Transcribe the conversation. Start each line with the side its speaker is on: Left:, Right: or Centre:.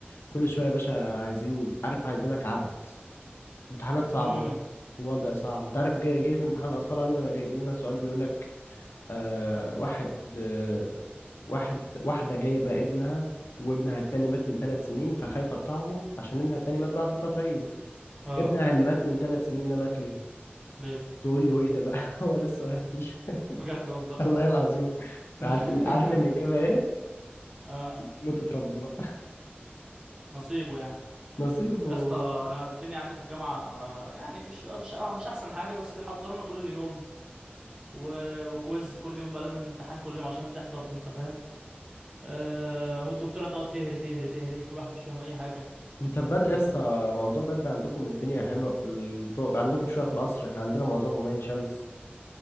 Left: كل شويه يا باشا عايزين عارف عايزينك عبد امتحانات صعبه
Right: امم
Left: ووضع صعب انت عارف جاي, جاي في امتحان الاطفال عندنا جايبين لنا سؤال بيقول لك آه واحد آه، واحد واحدة جايبة ابنها وابنها التاني مات من ثلاث سنين فخايفة تطعمه عشان ابنها التاني مات بعد التطعيم
Right: اه
Left: ابنها اللي مات من ثلاث سنين ده مات ليه؟
Right: ليه
Left: تقول له ايه ده بقى؟ <laughs> هو ده السؤال <laughs>
Right: بجد والله
Left: الله العظيم
Right: <laughs>
Left: عارف ال- عارف الإجابة ايه؟
Right: اه
Left: موتة ربنا
Right: نصيبه يعني
Left: <laughs> نصيب و...
Right: يا اسطى انا الدنيا عندي في الجامعه آه، يعني مش آه، مش آه، مش احسن حاجه بس بيحضرونا كل يوم و... وكويز كل يوم بقى لازم امتحان كل يوم عشان تحضر انت فاهم آه والدكتوره تقعد تهري تهري تهري والواحد مش فاهم اي حاجه
Left: انت بدري
Right: انت فاهم
Left: لسه موضوع بدري عندكم الدنيا حلوة في ال... عندكم شوية في القصر احنا عندنا معظمهم عين شمس